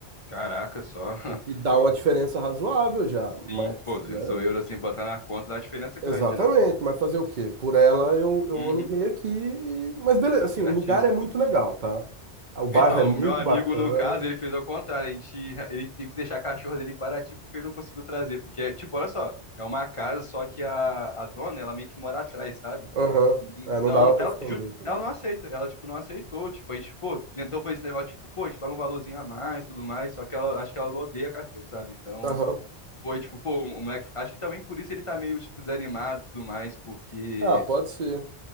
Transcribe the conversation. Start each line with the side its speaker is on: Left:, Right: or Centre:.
Left: Caraca, só. <laughs>
Right: O que dá uma diferença razoável já, mas,
Left: Sim, pô, 200
Right: né?
Left: euros, assim, botar na conta dá uma diferença
Right: Exatamente,
Left: grande, né?
Right: mas fazer o quê? Por ela eu, eu
Left: Uhum,
Right: aluguei aqui, e- mas beleza,
Left: tá
Right: assim,
Left: certo.
Right: o lugar é muito legal, tá? O bairro
Left: Então,
Right: é muito
Left: o meu amigo,
Right: bacana.
Left: no caso, ele fez ao contrário. A gente, ele teve que deixar a cachorra dele em Paraty porque ele não conseguiu trazer. Porque, é, tipo, olha só, é uma casa, só que a, a dona, ela meio que mora atrás, sabe?
Right: Aham.
Left: Então,
Right: É, não dava pra
Left: ela,
Right: esconder
Left: juro,
Right: também.
Left: ela não aceita. Ela, tipo, não aceitou. Tipo, a gente, pô, então foi esse negócio, tipo, pô, a gente paga um valorzinho a mais, tudo mais. Só que ela, acho que ela odeia cachorro, sabe? Então,
Right: Aham.
Left: foi, tipo, pô, o moleque, acho que também por isso ele tá meio, tipo, desanimado e tudo mais, porque
Right: Ah, pode ser.